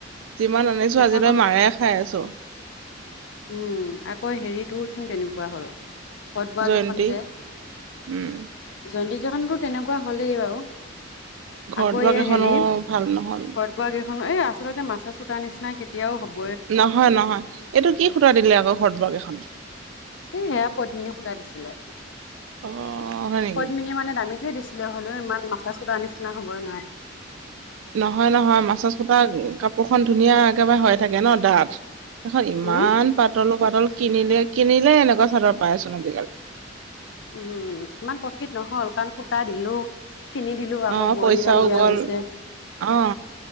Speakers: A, on the right; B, on the left.
A: যিমান আনিছো
B: এখন,
A: আজিলৈ মাৰে খাই আছো
B: উম, আকৌ হেৰিতোৰ চোন তেনেকুৱা। হ'ল সদ বাগ
A: জয়ন্তী
B: এখন যে,
A: উম
B: জৈন্তিক ো তেনেকুৱা হলেই বাৰু,
A: ঘৰত
B: আকৌ
A: বোৱা
B: এ
A: কেইখনো
B: হেৰি,
A: ভাল নহল
B: ঘৰত বোৱা এই আচলতে মাছা চ কুটাৰ নিচিননা কেতিয়াও হ'ব
A: নহয় নহয় এইটো কি খুটা দিলে আকৌ ঘটবগ এইখন?
B: হে সেয়া পদ্মিনীয়ে সূতা দিছিলে।
A: অ হয় নেকি
B: পদ্মিনী মানে দামীটোৱে দিছিলে হলেও ইমান মাথা চথা নিচিনা হবই নোৱাৰে।
A: নহয় নহয়, মাছাচুটা কাপোৰখন ধুনীয়া একেবাৰে হৈ থাকে ন ডাঠ। এখন ইমান
B: উম
A: পাতলো পাতল কিনিলে কিনিলে এনেকুৱা চাদৰ পাই আছোন আজিকালি
B: উম ইমান প্ৰফিট নহল। কান সুতা দিলো কিনি দিলো আকৌ
A: অ
B: বোৱাৰনীৰ
A: পইচাও
B: দাম দিয়া
A: গ'ল
B: গৈছে।
A: অ